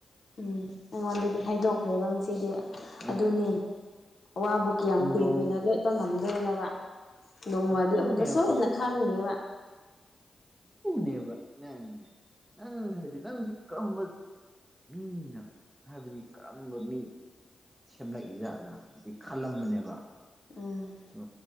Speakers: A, on the left (about 60°); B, on the right (about 20°).
A: ꯎꯝ ꯑꯩꯉꯣꯟꯗꯗꯤ ꯍꯥꯏꯗꯣꯛꯈ꯭ꯔꯦꯕ ꯁꯤꯗꯤ
B: ꯎꯝ
A: ꯑꯗꯨꯅꯤ ꯑꯋꯥꯕ ꯀꯌꯥꯝ
B: ꯆꯤꯟꯗꯣꯡ
A: ꯀꯨꯏ ꯀꯨꯏꯅ ꯂꯣꯠꯄ ꯉꯝꯗꯣꯏꯅꯣꯕ ꯅꯣꯡꯃꯗꯤ
B: ꯑꯗꯨꯅꯦꯕ
A: ꯑꯃꯨꯛꯀ ꯁꯣꯏꯗꯅ ꯈꯪꯉꯦꯕ
B: ꯅꯦꯕ ꯅꯗꯤ ꯅꯪ ꯍꯥꯏꯗꯤ ꯅꯪꯁꯤ ꯀꯝꯕ ꯃꯤꯅ ꯍꯥꯏꯕꯗꯤ ꯀꯔꯝꯕ ꯃꯤ ꯁꯦꯝꯂꯛꯏ ꯖꯥꯠꯂ ꯑꯩ ꯈꯜꯂꯝꯕꯅꯦꯕ
A: ꯎꯝ
B: ꯑꯗꯨ